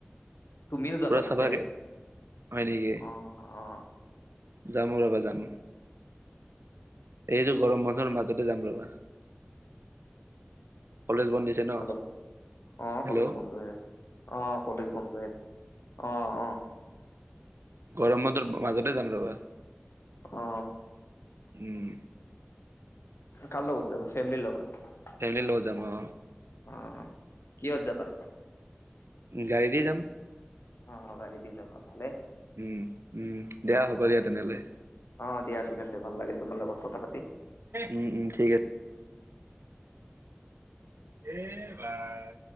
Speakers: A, on the left (about 80°); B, on the right (about 85°).
A: তুমিও যাবা
B: পুৰা
A: তাতে
B: চফাকে! হয় নেকি?
A: অ অ
B: যাম ৰ'বা যাম। এইটো গৰম বন্ধৰ মাজতে যাম ৰ'বা। কলেজ বন্ধ দিছে ন
A: হাল্ল'? অ',
B: হেল্ল'
A: কলেজ বন্ধ হৈ আছে। অ', কলেজ বন্ধ আছে। অ', অ'।
B: গৰম বন্ধৰ মাজতে যাম ৰ'বা
A: অ
B: উম।
A: কাৰ লগত যাবা, ফেমিলিৰ লগত?
B: ফেমিলিৰ লগত যাম
A: অ',
B: অ
A: কিহত যাবা?
B: গাড়ী দি যাম।
A: অ', অ', গাড়ী দি যাবা, ভালেই।
B: উম উম দিয়া হ'ব
A: অ',
B: দিয়া তেনেহ'লে
A: অ', দিয়া ঠিক আছে ভাল লাগিল তোমাৰ লগত কথা পাতি।
B: উম, উম, ঠিক আছে। এ, ভাই